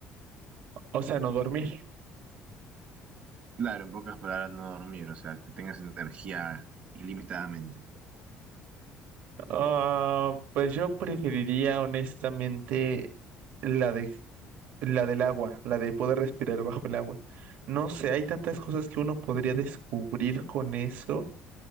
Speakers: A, on the right; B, on the right.
A: O sea, no dormir.
B: Claro, en pocas palabras, no dormir, o sea, que tengas energía ilimitadamente.
A: Ah, pues yo preferiría honestamente la de, la del agua, la de poder respirar bajo el agua. No sé, hay tantas cosas que uno podría descubrir con eso.